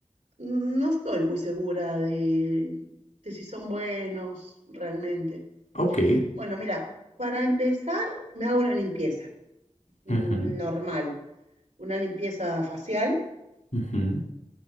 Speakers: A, on the right; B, on the left.
A: no estoy muy segura de, de si son buenos realmente.
B: Ok.
A: Bueno, mira, para empezar me hago una limpieza mm,
B: Ujú,
A: normal, una limpieza facial.
B: ujú,